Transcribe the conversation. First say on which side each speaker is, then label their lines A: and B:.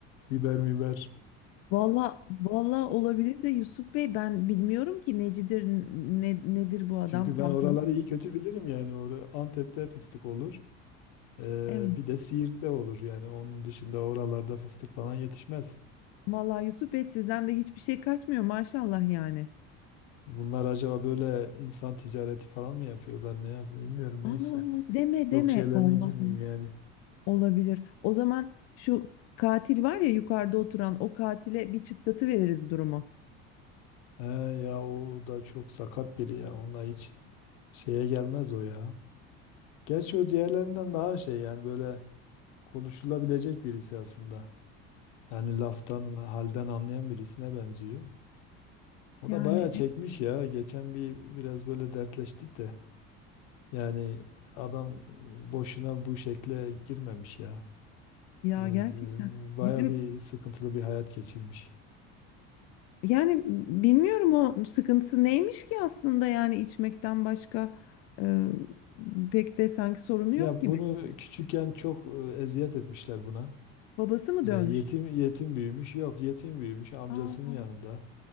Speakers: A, on the left (about 85°); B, on the left (about 50°).
A: biber miber.
B: Valla valla olabilir de Yusuf Bey ben bilmiyorum ki necidir ne, nedir bu adam
A: Çünkü
B: tam
A: ben oraları
B: tanı.
A: iyi kötü bilirim yani. Orada Antep'te fıstık olur. Ee,
B: Evet
A: bir de Siirt'te olur yani onun dışında oralarda fıstık falan yetişmez.
B: valla Yusuf Bey sizden de hiçbir şey kaçmıyor maşallah yani.
A: Bunlar acaba böyle insan ticareti falan mı yapıyorlar ne yapıyor bilmiyorum
B: Aa
A: neyse.
B: deme
A: Çok
B: deme
A: şeylerine
B: vallahi.
A: girmeyeyim yani.
B: Olabilir. O zaman şu katil var ya yukarıda oturan o katile bir çıtlatı veririz durumu.
A: He, ya o da çok sakat biri ya onunla hiç şeye gelmez o ya. Gerçi o diğerlerinden daha şey yani böyle konuşulabilecek birisi aslında. Yani laftan halden anlayan birisine benziyor. O
B: Yani
A: da bayağı çekmiş
B: e,
A: ya. Geçen bir biraz böyle dertleştik de. Yani adam boşuna bu şekle girmemiş ya.
B: ya
A: Bu,
B: gerçekten
A: e, Baya
B: bizim
A: bir sıkıntılı bir hayat geçirmiş.
B: yani m- bilmiyorum o sıkıntısı neymiş ki aslında yani içmekten başka e, pek de sanki sorunu
A: Ya
B: yok gibi.
A: bunu küçükken çok e, eziyet etmişler buna.
B: Babası mı
A: E,
B: dövmüş?
A: yetim yetim büyümüş. Yok yetim büyümüş amcasının
B: Aa, ah,
A: yanında.